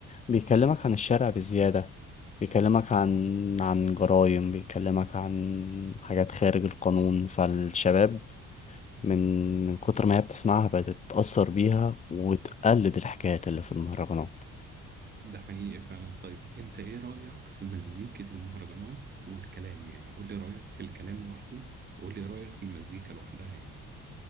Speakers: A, on the left (about 25°); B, on the right (about 35°).
A: بيكلمك عن الشارع بزيادة بيكلمك عن عن جرائم بيكلمك عن حاجات خارج القانون فالشباب من من كتر ما هي بتسمعها بقت تتأثر بيها وتقلد الحكايات اللي في المهرجانات
B: ده حقيقي فعلا طيب أنت إيه رأيك في مزيكة المهرجانات والكلام يعني قول لي رأيك في الكلام لوحده وقول لي رأيك في المزيكا لوحدها يعني